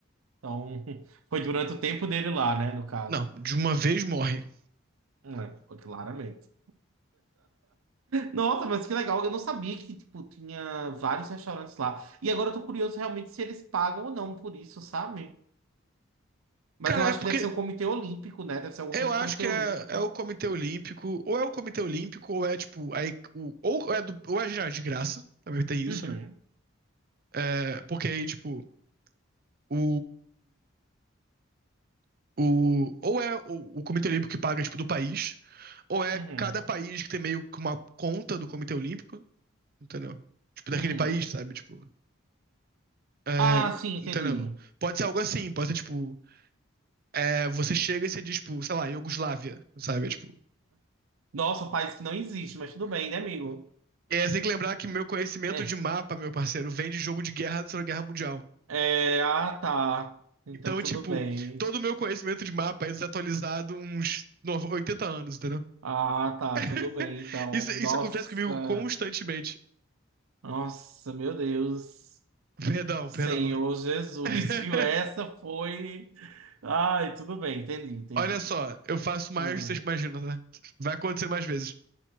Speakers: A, on the right; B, on the right.
A: Então, <laughs> foi durante o tempo dele lá, né? No caso.
B: Não, de uma vez morre.
A: É, foi claramente. Nossa, mas que legal. Eu não sabia que, tipo, tinha vários restaurantes lá. E agora eu tô curioso realmente se eles pagam ou não por isso, sabe? Mas
B: Cara,
A: eu acho
B: é porque
A: que deve ser o Comitê Olímpico, né? Deve ser alguma
B: eu
A: coisa
B: acho
A: do Comitê
B: que é,
A: Olímpico.
B: é o Comitê Olímpico, ou é o Comitê Olímpico, ou é tipo, aí, o, ou é do, ou é já de graça, também tem isso,
A: Uhum,
B: né? É, porque aí, tipo, o O, ou é o, o Comitê Olímpico que paga, tipo, do país, ou é
A: uhum,
B: cada país que tem meio que uma conta do Comitê Olímpico, entendeu? Tipo, daquele
A: uhum.
B: país, sabe? Tipo, é,
A: Ah, sim, entendi.
B: entendeu? Pode ser algo assim, pode ser, tipo, é, você chega e você diz, tipo, sei lá, Iugoslávia, sabe? É, tipo,
A: Nossa, um país que não existe, mas tudo bem, né, amigo?
B: é, você tem que lembrar que meu conhecimento
A: É.
B: de mapa, meu parceiro, vem de jogo de guerra da Segunda Guerra Mundial.
A: É, ah, tá. Então
B: Então,
A: tudo
B: tipo,
A: bem.
B: todo o meu conhecimento de mapa é desatualizado uns no- 80 anos, entendeu?
A: Ah, tá, tudo
B: <laughs>
A: bem. Então,
B: Isso, isso
A: nossa,
B: acontece comigo constantemente.
A: nossa, meu Deus.
B: Perdão,
A: Senhor
B: perdão.
A: Jesus,
B: <laughs>
A: <laughs> viu? Essa foi. Ai, tudo bem, entendi, entendi.
B: Olha só, eu faço mais
A: Hum,
B: do que vocês imaginam, tá? Vai acontecer mais vezes.